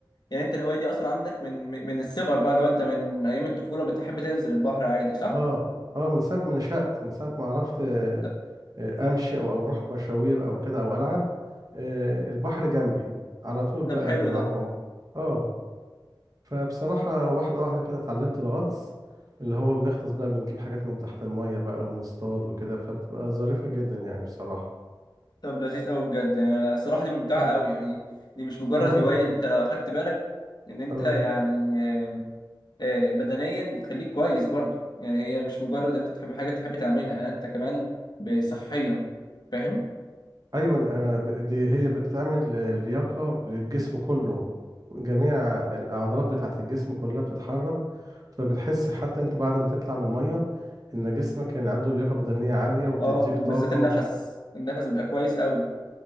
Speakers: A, on the left (about 55°); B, on the right (about 50°).
A: يعني انت الهوايه دي اصلا عندك من من الصغر بقى لو انت من ايام الطفوله بتحب تنزل البحر عادي صح
B: اه اه من ساعه ما نشأت من ساعه ما عرفت آه،
A: ط-
B: امشي او اروح مشاوير او كده او العب آه، البحر جنبي على طول
A: طب
B: بقى
A: حلو
B: بنلعب
A: ده
B: عمر اه فبصراحة واحدة واحدة كده اتعلمت الغطس اللي هو بنغطس بقى بنجيب حاجات من تحت المية بقى ونصطاد وكده فبتبقى ظريفة جدا يعني بصراحة
A: طب لذيذ قوي بجد يعني الصراحه دي ممتعه
B: اه
A: قوي يعني دي مش مجرد
B: اه
A: هوايه انت لو اخدت بالك ان انت
B: اه
A: يعني آه، آه، بدنيا بتخليك كويس برضه يعني هي مش مجرد ان انت تحب حاجه بتحب تعملها انت كمان ب- صحيا فاهم
B: ايوه أنا ب- دي هي بتعمل آه، لياقه للجسم كله جميع الاعضلات بتاعه الجسم كلها بتتحرك فبتحس حتى انت بعد ما تطلع من الميه ان جسمك يعني عنده لياقه بدنيه عاليه وبتديك
A: اه وبالذات
B: طاقه
A: النفس النفس بيبقى كويس قوي